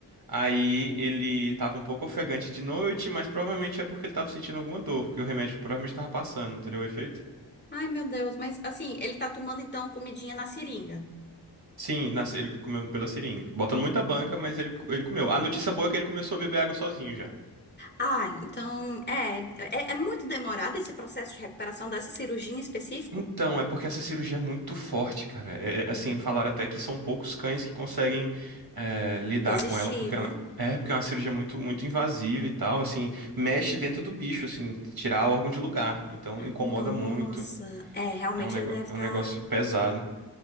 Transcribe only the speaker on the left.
Ai, meu Deus, mas assim, ele tá tomando então comidinha na seringa.
Ah, então, é, é, é muito demorado esse processo de recuperação dessa cirurgia em específico?
Hum,
resistir,
né?
Nossa,
é, realmente
ele deve
estar.